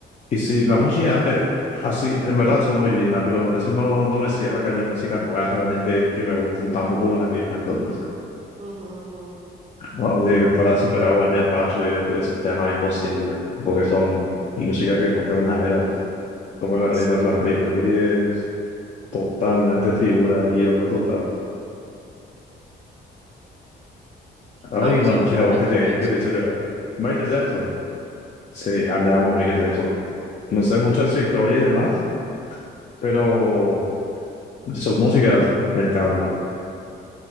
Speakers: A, on the left; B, on the right.
A: Y sí, las músicas antes, así, en verdad son muy lindas, pero eso no, no me cierra que haya músicas nuevas realmente que me gusten tanto como las viejas. Entonces,
B: Ujú, ujú.
A: bueno, de- para superar Bohemian Rhapsody, esos temas imposibles, porque son músicas que marcan una era. ¿no? Como la reina
B: Sí.
A: de la Freddie Mercury es totalmente figura y lo total. Ahora
B: ¿Algo
A: hay una
B: se
A: música
B: gusta
A: vos
B: Michael
A: que te,
B: Jackson?
A: que te dice llorar. Michael Jackson. Sí, ah, le amo a Michael Jackson. No sé mucho de su historia y demás, pero sus músicas me encantan.